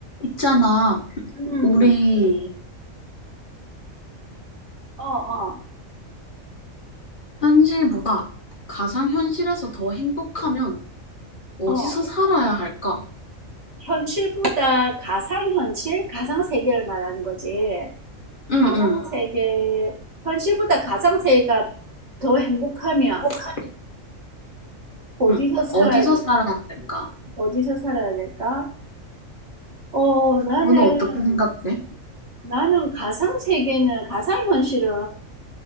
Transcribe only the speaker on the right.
음,
어, 어,
어.
현실보다 가상현실? 가상세계를 말하는 거지.
가상세계,
현실보다 가상세계가 더 행복하면
어디서
살아야
돼?
어디서 살아야 될까? 어, 나는,
나는 가상세계는, 가상현실은,